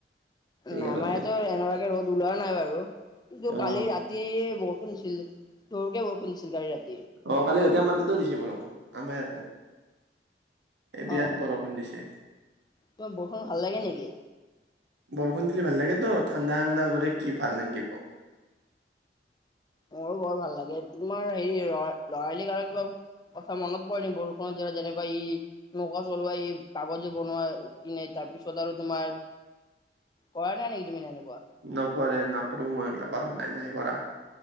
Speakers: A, on the right; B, on the left.
A: সেইকাৰণে
B: নাই আমাৰ ইয়াতো এনেকুৱাকে ৰ'দ ওলোৱা নাই বাৰু কিন্তু
A: অ
B: কালি ৰাতি বৰষূণ ষূণ দিছিল জোৰকে বৰষুণ দিছিল কালি ৰাত
A: অহ, কালি ৰাতি আমাৰ তাতেই দিছে বৰষুণ, আমাৰ আয়তেও এই বিৰাট
B: অ
A: বৰষুণ দিছে।
B: তোমাৰ বৰষুণ ভাল লাগে নেকি?
A: বৰষুণ ষুণ দিলি ভাল লাগে তো ঠাণ্ডা -ঠাণ্ডা কৰে কি ভাল নালগিব
B: মোৰো বৰ ভাল লাগে তোমাৰ হেৰি লৰা- লৰালি কালৰ কিবা কথা মনত পৰে নি বৰষুণত যেনেকোৱা ই নৌকা চলোৱা ই কাগজে বনোৱা কিনে তাৰপিছত আৰু তোমাৰ কৰা
A: <inaudible>
B: নাই নেকি তুমি এনেকুৱা?
A: নপহৰে নকৰো মই এইগলা কৰা নাই -নাই কৰা।